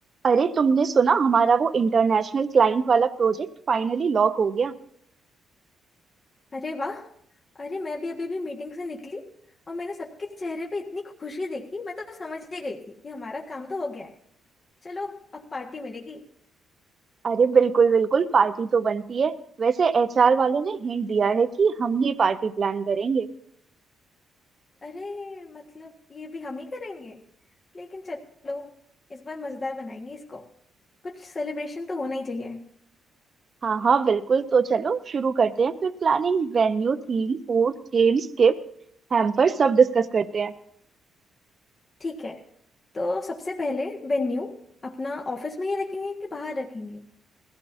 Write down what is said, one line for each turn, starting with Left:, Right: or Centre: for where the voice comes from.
Right: अरे तुमने सुना हमारा वो इंटरनेशनल क्लाइंट वाला प्रोजेक्ट फाइनली लॉक हो गया
Left: अरे वाह अरे मैं भी अभी भी मीटिंग से निकली और मैंने सबके चेहरे पे इतनी खुशी देखी मैं तो समझ ही गई थी कि हमारा काम तो हो गया है चलो अब पार्टी मिलेगी
Right: अरे बिल्कुल बिल्कुल पार्टी तो बनती है वैसे एचआर वालों ने हिंट दिया है कि हम ही पार्टी प्लान करेंगे
Left: अरे मतलब ये भी हम ही करेंगे लेकिन चलो इस बार मजेदार बनाएंगे इसको कुछ सेलिब्रेशन तो होना ही चाहिए
Right: हाँ हाँ बिल्कुल तो चलो शुरू करते हैं फिर planning venue theme food games gift hamper सब डिस्कस करते हैं
Left: ठीक है तो सबसे पहले वेन्यू अपना ऑफिस में ही रखेंगे कि बाहर रखेंगे